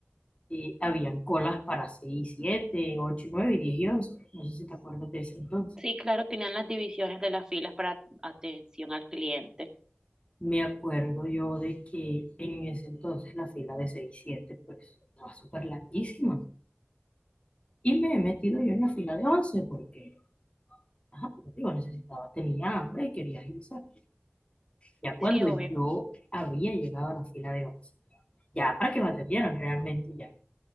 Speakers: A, on the left; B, on the right.
A: eh, habían colas para 6, 7, 8, 9, 10 y 11. No sé si te acuerdas de ese entonces.
B: Sí, claro, tenían las divisiones de las filas para atención al cliente.
A: Me acuerdo yo de que en ese entonces la fila de seis siete pues estaba súper larguísima. Y me he metido yo en la fila de 11 porque, ajá, como digo, necesitaba, tenía hambre y quería agilizar. Ya cuando
B: Sí, obvio.
A: yo había llegado a la fila de 11 ya para que me atendieran realmente ya,